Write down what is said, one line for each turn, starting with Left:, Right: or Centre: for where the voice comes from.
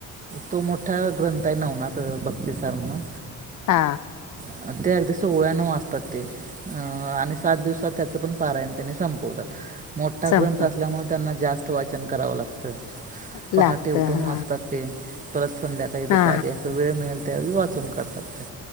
Right: तो मोठा ग्रंथय नवनात भक्तीसार म्हणून
Left: हा
Right: ऊ ते अगदी सोहळ्यानं वाचतात ते आणि सात दिवसात त्याचं पण पारायण त्यांनी संपवतात मोठा
Left: संप
Right: ग्रंथ असल्यामुळे, त्यांना जास्त वाचन करावं लागतं.
Left: लागत
Right: पहाटे उठून
Left: हा
Right: वाचतात ते. परत संध्याकाळी दुपारी
Left: हा
Right: अस वेळ मिळेल त्यावेळी वाचून करढतात ते.